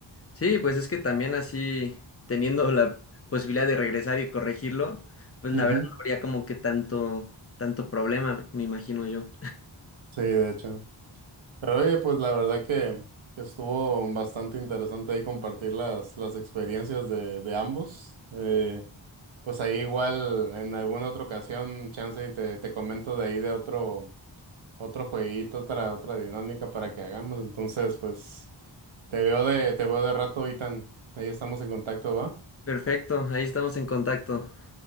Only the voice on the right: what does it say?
Ujú.
Sí, de hecho. Pero oye, pues la verdad que, que estuvo bastante interesante ahí compartir las, las experiencias de, de ambos. Eh, pues ahí igual en alguna otra ocasión, chance y te, te comento de ahí de otro, otro jueguito, otra, otra dinámica para que hagamos. Entonces, pues te veo de, te veo de rato, Itan. Ahí estamos en contacto, ¿va?